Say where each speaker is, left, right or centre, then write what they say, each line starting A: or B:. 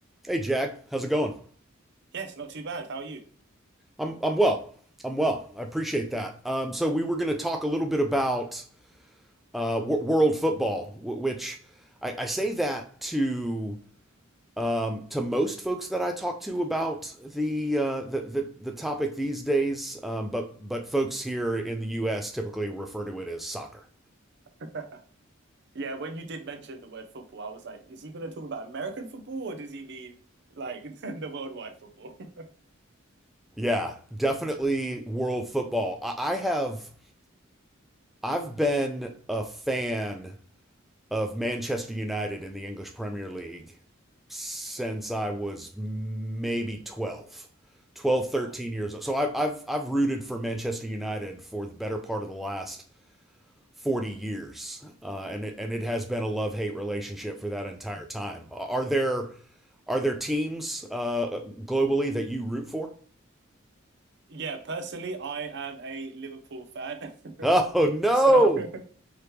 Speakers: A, in the centre; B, on the right.
A: Hey, Jack, how's it going?
B: Yes, not too bad. How are you?
A: I'm I'm well. I'm well. I appreciate that. Um, so we were going to talk a little bit about uh, w- world football, w- which I, I say that to um, to most folks that I talk to about the uh, the, the the topic these days, um, but but folks here in the U.S. typically refer to it as soccer.
B: <laughs> Yeah, when you did mention the word football, I was like, is he going to talk about American football or does he mean like <laughs> the worldwide football? <laughs>
A: Yeah, definitely world football. I, I have I've been a fan of Manchester United in the English Premier League since I was maybe 12, 12, 13
B: Wow.
A: years old. So I, have I've, I've rooted for Manchester United for the better part of the last 40 years. Uh, and it, and it has been a love hate relationship for that entire time. Are there, are there teams uh, globally that you root for? <laughs>
B: Yeah, personally, I am a Liverpool fan. <laughs>
A: Oh, no.
B: So, <laughs>